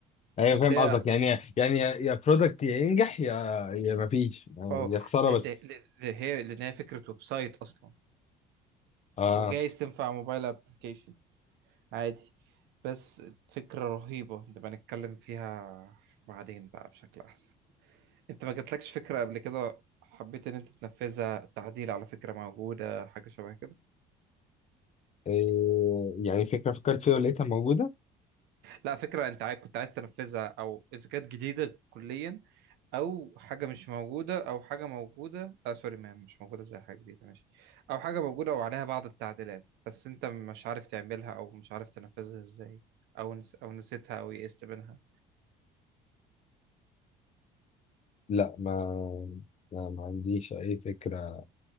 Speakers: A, on the left; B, on the right.
A: ايوه
B: بس
A: فاهم
B: هي
A: قصدك يعني يعني يا يا برودكت يا ينجح يا يا مفيش آه،
B: اه
A: يا خساره
B: ل-
A: بس
B: ل- ل- ل- هي لأن هي فكرة ويب سايت أصلا
A: اه
B: وجايز تنفع موبايل أبلكيشن عادي بس فكرة رهيبة نبقى نتكلم فيها بعدين بقى بشكل أحسن أنت ما جاتلكش فكرة قبل كده حبيت إن أنت تنفذها تعديل على فكرة موجودة حاجة شبه كده
A: إيه يعني فكره فكرت فيها ولقيتها موجوده
B: لا فكرة انت عايز كنت عايز تنفذها او اذا كانت جديدة كليا او حاجة مش موجودة او حاجة موجودة آه سوري ما مش موجودة زي حاجة جديدة ماشي او حاجة موجودة وعليها بعض التعديلات بس انت مش عارف تعملها او مش عارف تنفذها ازاي او نس... او نسيتها او يئست منها
A: لا ما ما ما عنديش اي فكره